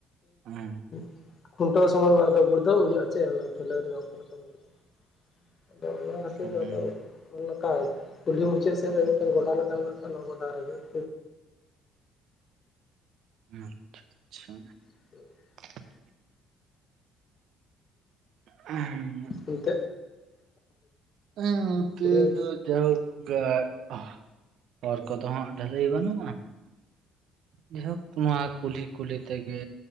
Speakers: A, on the right; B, on the left.
A: ᱦᱩᱸ
B: <inaudible> ᱠᱷᱩᱱᱴᱟᱹᱣ ᱥᱚᱢᱚᱭ ᱢᱟᱫᱚ ᱜᱩᱲᱹᱫᱷᱟᱶ ᱦᱩᱭᱩᱜᱼᱟ ᱪᱮ ᱚᱱᱟ ᱰᱷᱟᱹᱞᱟᱹᱭ ᱨᱮᱫᱚ ᱚᱠᱟ ᱞᱮᱠᱟᱢ <inaudible> <inaudible> ᱚᱱᱟ ᱠᱷᱟᱹᱛᱤᱨ
A: ᱦᱩᱸ
B: ᱟᱫᱚ <inaudible> ᱠᱩᱞᱦᱤ ᱢᱩᱪᱟᱹᱫ ᱥᱮᱫ ᱨᱮ ᱢᱤᱫᱴᱮᱱ ᱜᱚᱰᱟ ᱞᱮᱠᱟ ᱢᱮᱱᱟᱜ - ᱟ ᱚᱱᱟ ᱜᱚᱰᱟ ᱨᱮᱜᱮ <inaudible>
A: ᱟᱪᱪᱷᱟ ᱟᱪᱪᱷᱟ
B: <unintelligible>
A: <unintelligible> <unintelligible>
B: ᱮᱱᱛᱮᱫ
A: ᱦᱮᱸ ᱚᱛᱮ
B: ᱠᱩᱲᱤ
A: ᱫᱚ ᱡᱟᱹᱲᱩᱲ ᱦᱚᱨ ᱠᱚᱫᱚ ᱦᱟᱸᱜ ᱰᱷᱟᱹᱞᱟᱹᱭ ᱵᱟᱹᱱᱩᱜᱼᱟ ᱡᱟᱦᱳᱠ ᱱᱚᱣᱟ ᱠᱩᱞᱦᱤ ᱠᱩᱞᱦᱤ ᱛᱮᱜᱮ